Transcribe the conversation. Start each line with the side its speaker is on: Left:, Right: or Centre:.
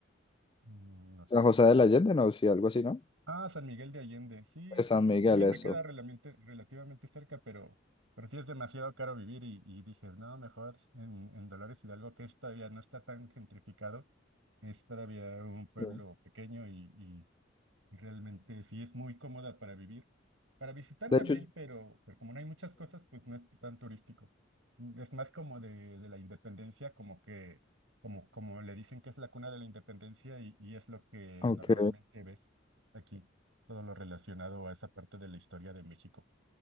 Right: Mm, No sé.
Left: San José de la Allende, no, sí, algo así, ¿no?
Right: Ah, San Miguel de Allende. Sí,
Left: De
Right: sí,
Left: San
Right: sí.
Left: Miguel,
Right: También
Left: eso.
Right: me queda relamente- relativamente cerca, pero, pero sí es demasiado caro vivir y, y dije, no, mejor en, en Dolores Hidalgo, que es todavía no está tan gentrificado. Es todavía un pueblo
Left: Sí.
Right: pequeño y, y Realmente sí es muy cómoda para vivir, para visitar
Left: De
Right: también,
Left: hecho, sí.
Right: pero, pero como no hay muchas cosas, pues no es tan turístico. Mm, Es más como de, de la independencia, como que, como, como le dicen que es la cuna de la independencia y, y es lo que
Left: Ok.
Right: normalmente ves aquí, todo lo relacionado a esa parte de la historia de México.